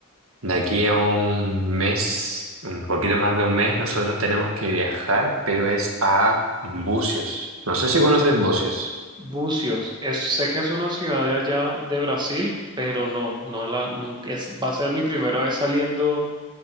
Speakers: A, on the right; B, on the right.
A: de aquí a un mes, un poquito más de un mes, nosotros tenemos que viajar, pero es a Bucios. No sé si conoces Bucios.
B: Bucios, es, sé que es una ciudad de allá de Brasil, pero no, no la, nunca, es, va a ser mi primera vez saliendo